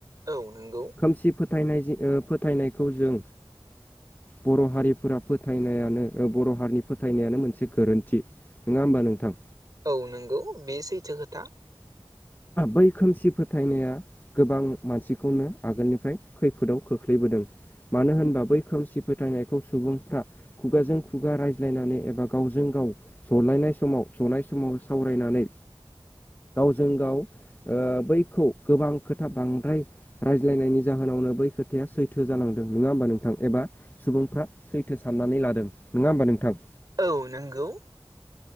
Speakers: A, on the right (about 40°); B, on the left (about 20°).
A: औ नंगौ
B: खोमसि फोथायनाय जों फोथायनायखौ जों बर' हारिफोरा फोथायनायानो बर' हारिनि फोथायनायानो मोनसे गोरोन्थि नङा होमबा नोंथां
A: औ नंगौ बियो सैथो खोथा
B: बै खोमसि फोथायनाया गोबां मानसिखौनो आगोलनिफ्राय खैफोदाव खोख्लैबोदों मानो होनबा बै खोमसि फोथायनायखौ सुबुंफ्रा खुगाजों खुगा रायज्लायनानै एबा गावजों गाव जलायनाय समाव जनाय समाव सावरायनानै जों गाव बैखौ गोबां खोथा बांद्राय रायज्लायनायनि जाहोनावनो बै खोथाया सैथो जानांदों नङा होमबा नोंथां एबा सुबुंफ्रा सैथो साननानै लादों नङा होमबा नोंथां
A: औ नंगौ